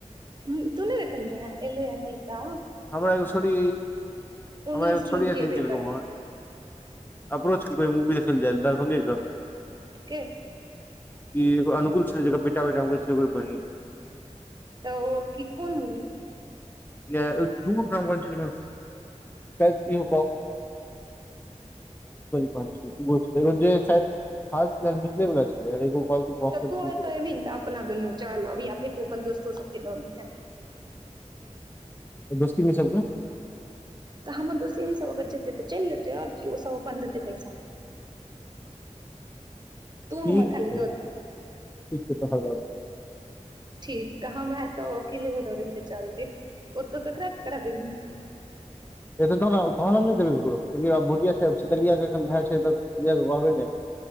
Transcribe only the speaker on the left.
हमरा एगो छोड़ी,
हमरा एगो
छोड़ी अथी
केलयो
हँ। अप्रोच के को मूवी देखल जाइ दरभंगे के।
इ एगो अनुकूल छलै, जेकरा बेटा- बेटा हम कहै छलियै ओकर बहिन।
<inaudible> शायद इहो ी दगो छल जेचले वला छल एगो
<unintelligible>
तऽ दोस्ती में सबके।
ठीक
छै,
ठीक छै तहर बाबू
एतऽ तहन हम ने देबै ककरो, छैितलिया केख भए छै तऽलिया कहबे नहि <unintelligible>